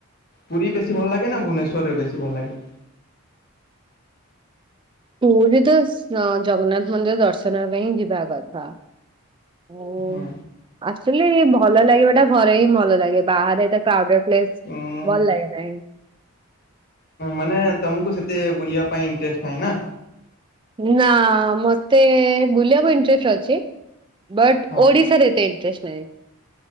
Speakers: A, on the left (about 45°); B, on the right (about 20°).
A: ପୁରୀ ବେଶୀ ଭଲ ଲାଗେ ନା ଭୁବନେଶ୍ୱରରେ ବେଶୀ ଭଲ ଲାଗେ?
B: ପୁରୀ ତ ଅ ଜଗନ୍ନାଥ ମନ୍ଦିର ଦର୍ଶନ ପାଇଁ ଯିବା କଥା। <unintelligible>
A: ହୁଁ
B: ଅକ୍ଚୁଆଲି ଭଲ ଲାଗିବା ଟା ଘରେ ହିଁ ଭଲ ଲାଗେ ବାହାରେ ଏତେ କ୍ରାଉଡେଡ ପ୍ଲେସ୍
A: ଉଁ
B: ଭଲ ଲାଗେ ନାହିଁ
A: ମାନେ ତମକୁ ସେତେ ବୁଲିବା ପାଇଁ ଇଣ୍ଟରେଷ୍ଟ୍ ନାହିଁ ନା
B: ନା ମତେ ବୁଲିବାକୁ ଇଣ୍ଟରେଷ୍ଟ ଅଛି। ବଟ
A: ହଁ
B: ଓଡିଶା ରେ ଏତେ ଇଣ୍ଟ୍ରେଷ୍ଟ ନାହିଁ।